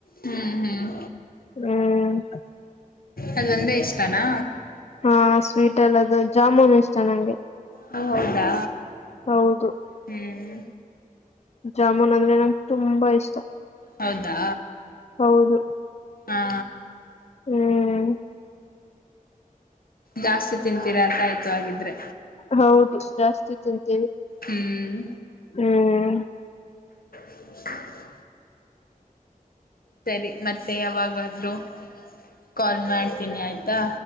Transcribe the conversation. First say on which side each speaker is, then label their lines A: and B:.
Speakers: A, on the left; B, on the left.
A: ಹ್ಮ್ ಹ್ಮ್
B: ಹ್ಮ್.
A: ಅದ ಒಂದೇ ಇಷ್ಟನಾ.
B: ಹಾ ಸ್ವೀಟ್ ಎಲ್ಲದು ಜಾಮೂನು ಇಷ್ಟ ನಂಗೆ.
A: ಹ ಹೌದಾ.
B: ಹೌದು
A: ಹ್ಮ್
B: ಜಾಮೂನ್ ಅಂದ್ರೆ ನಂಗೆ ತುಂಬಾ ಇಷ್ಟ
A: ಹೌದಾ
B: ಹೌದು
A: ಹಾ
B: ಹ್ಮ್
A: ಜಾಸ್ತಿ ತಿಂತೀರಾ ಅಂತ ಆಯ್ತು ಹಾಗಿದ್ರೆ
B: ಹೌದು ಜಾಸ್ತಿ ತಿಂತೀವಿ
A: ಹ್ಮ್
B: ಹ್ಮ್
A: <inaudible> ಸರಿ ಮತ್ತೆ ಯಾವಾಗಾದ್ರೂ ಕಾಲ್ ಮಾಡ್ತೀನಿ ಆಯ್ತಾ